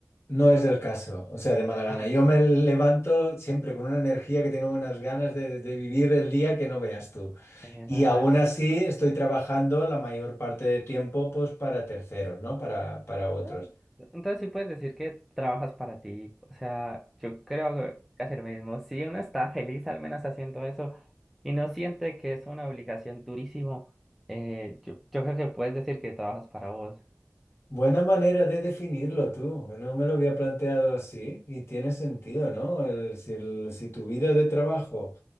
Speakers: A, on the left; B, in the centre.
A: No es el caso, o sea, de mala gana.
B: Ah, entonces,
A: Yo me levanto siempre con una energía que tengo unas ganas de, de vivir el día que no veas tú.
B: eh,
A: Y
B: bueno, entonces,
A: aún así estoy trabajando la mayor parte del tiempo, pues, para terceros, ¿no? Para, para otros.
B: no, entonces sí puedes decir que trabajas para ti. O sea, yo creo que que es el mismo. Si uno está feliz al menos haciendo eso y no siente que es una obligación durísimo, eh, yo, yo creo que puedes decir que trabajas para vos.
A: Buena manera de definirlo tú. No me lo había planteado así y tiene sentido, ¿no? El- si, el- si tu vida de trabajo